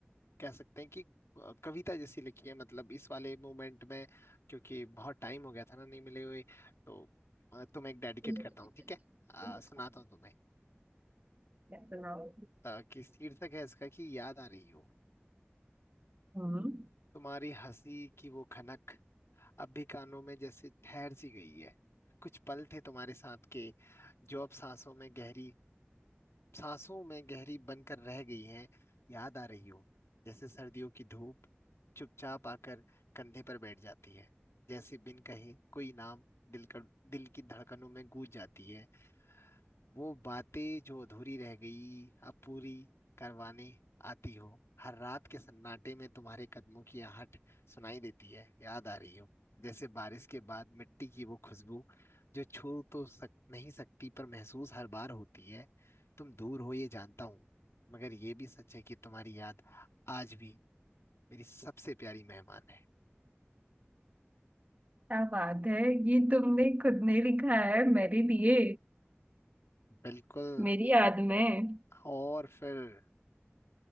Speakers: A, on the left; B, on the right.
A: कह सकते हैं कि अ, कविता जैसी लिखी है मतलब इस वाले मोमेंट में क्योंकि बहुत टाइम हो गया था ना नहीं मिले हुए तो अ, तुम्हें एक डेडिकेट
B: क्या
A: करता हूँ ठीक है अ, सुनाता हूँ तुम्हें
B: सुनाओ
A: अ, कि शीर्षक है इसका कि याद आ रही हो
B: हम्म
A: तुम्हारी हंसी की वो खनक अब भी कानों में जैसे ठहर सी गई है कुछ पल थे तुम्हारे साथ के जो अब सांसों में गहरी सांसों में गहरी बनकर रह गई हैं याद आ रही हो जैसे सर्दियों की धूप चुपचाप आकर कंधे पर बैठ जाती है जैसे बिन कहे कोई नाम दिल कर दिल की धड़कनों में गूंज जाती है वो बातें जो अधूरी रह गई अब पूरी करवाने आती हो हर रात के सन्नाटे में तुम्हारे कदमों की आहट सुनाई देती है याद आ रही हो जैसे बारिश के बाद मिट्टी की वो खुशबू जो छू तो सक, नहीं सकती पर महसूस हर बार होती है तुम दूर हो ये जानता हूँ मगर ये भी सच है कि तुम्हारी याद आज भी मेरी सबसे प्यारी मेहमान है
B: क्या बात है ये तुमने खुद ने लिखा है मेरे लिए
A: बिल्कुल
B: मेरी याद में
A: और फिर